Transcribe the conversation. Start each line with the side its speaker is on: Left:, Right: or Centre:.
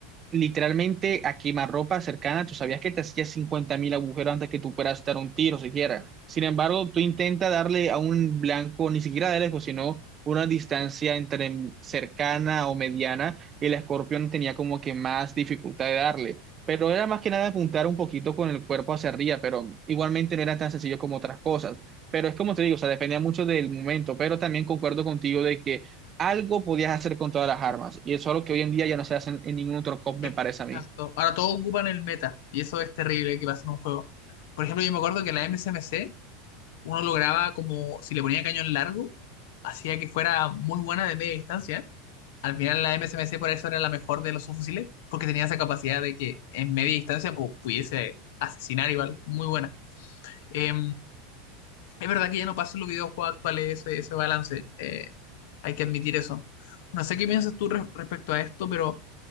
Right: literalmente a quemarropa cercana, tú sabías que te hacías 50 mil agujeros antes que tú puedas dar un tiro siquiera. Sin embargo, tú intenta darle a un blanco, ni siquiera de lejos, sino una distancia entre cercana o mediana, y el escorpión tenía como que más dificultad de darle. Pero era más que nada apuntar un poquito con el cuerpo hacia arriba, pero igualmente no era tan sencillo como otras cosas. Pero es como te digo, o sea, dependía mucho del momento, pero también concuerdo contigo de que algo podías hacer con todas las armas. Y eso es lo que hoy en día ya no se hace en, en ningún otro COP,
Left: Exacto.
Right: me parece a mí.
Left: Ahora todos ocupan el meta, y eso es terrible que pasa en un juego. Por ejemplo, yo me acuerdo que la MSMC uno lograba como, si le ponía cañón largo, hacía que fuera muy buena de media distancia. Al final la MSMC por eso era la mejor de los subfusiles, porque tenía esa capacidad de que en media distancia pu- pudiese asesinar igual, muy buena. Eh, es verdad que ya no pasa en los videojuegos actuales ese, ese balance, eh, hay que admitir eso. No sé qué piensas tú re- respecto a esto, pero